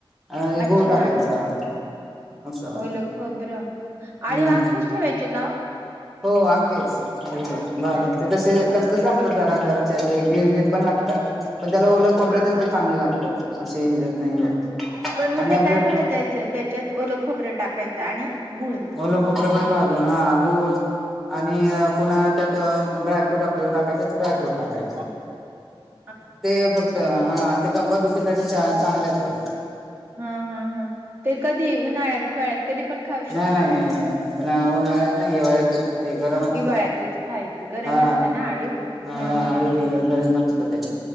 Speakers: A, in the centre; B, on the right.
A: आणि
B: अच्छा
A: गुळ टाकायचा.
B: आणि
A: असं
B: ओल खबरं, अळीव
A: हम्म
B: आखीच ठेवायची का?
A: हो आखेच. भाजून
B: ओ
A: ते तसे कचकच लागतात जरा जराच्या ते गिळ गिळ पण लागतात पण त्याला ओल खबऱ्यातच
B: हा हा
A: ते चांगले लागतात असे हेज्यात नाही होत.
B: पण मग
A: आणि
B: ते
A: आपलं
B: काय भाजायचं, त्याच्यात ओलं खोबरं टाकायचं आणि गुळ.
A: ओलं खोबरं पण भाजून हा गूळ आणि पुन्हा त्यात ड्रायफ्रूट आपल्याला टाकायचे ड्रायफ्रूट टाकायचे.
B: <inaudible>
A: ते फक्त हा ते कंबर दुखीसाठी चांगले असतात.
B: हा हा हा ते कधी उन्हाळ्यात हिवाळ्यात कधी पण खा
A: नाही नाही उन्हाळ्यात नाही, हीवाळ्यातच ते गरम असत
B: हिवाळ्यातच खायचं गरम
A: हा
B: असतं ना आळीव
A: हा आळीव
B: हा
A: जरा
B: हा
A: गरम असतते.